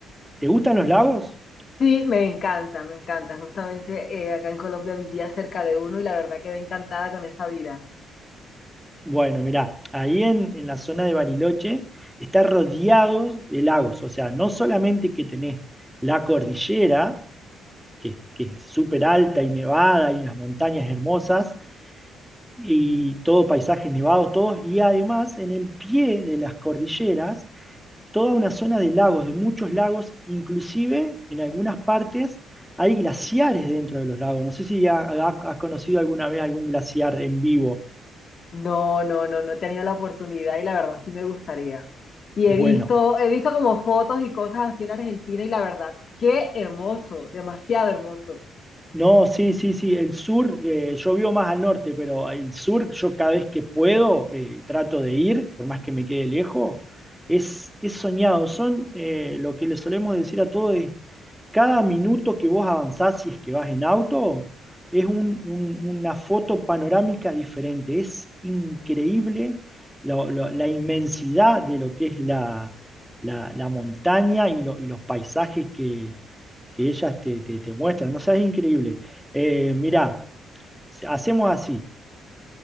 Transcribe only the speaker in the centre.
¿Te gustan los lagos?
Bueno, mirá, ahí en, en la zona de Bariloche está rodeado de lagos, o sea, no solamente que tenés la cordillera, que, que es súper alta y nevada y unas montañas hermosas, y todo paisajes nevados, todos, y además en el pie de las cordilleras, toda una zona de lagos, de muchos lagos, inclusive en algunas partes hay glaciares dentro de los lagos. No sé si ha- ha- has conocido alguna vez algún glaciar en vivo.
Bueno,
No, sí, sí, sí. El sur, eh, yo vivo más al norte, pero el sur, yo cada vez que puedo, eh, trato de ir, por más que me quede lejos, es, es soñado. Son eh, lo que le solemos decir a todos es, cada minuto que vos avanzás, si es que vas en auto, es un- un- una foto panorámica diferente. Es increíble lo- lo- la inmensidad de lo que es la, la- la montaña y, lo- y los paisajes que ellas te, te, te muestran. No o es increíble. Eh, mirá, hacemos así.